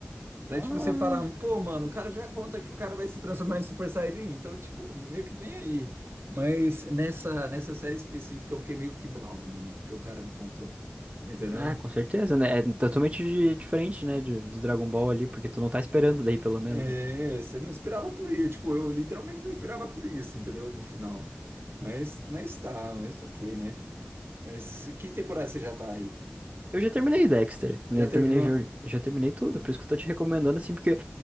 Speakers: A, on the right; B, on the right.
A: Daí,
B: Ah.
A: tipo, você fala, pô, mano, o cara já conta que o cara vai se transformar em Super Saiyajin, então, tipo, meio que nem aí. Mas nessa, nessa série específica eu fiquei meio que bravo, mano, porque o cara me contou. Entendeu?
B: Ah, com certeza, né? É totalmente de- diferente, né, de- do Dragon Ball ali, porque tu não tá esperando daí, pelo menos,
A: É,
B: né?
A: você não esperava por isso. Tipo, eu literalmente não esperava por isso, entendeu? Do final. Mas, mas tá, mas ok, né? Mas que temporada você já tá aí?
B: Eu já terminei Dexter, né?
A: Já
B: Eu
A: terminou?
B: terminei, já, já terminei tudo, por isso que eu tô te recomendando, assim, porque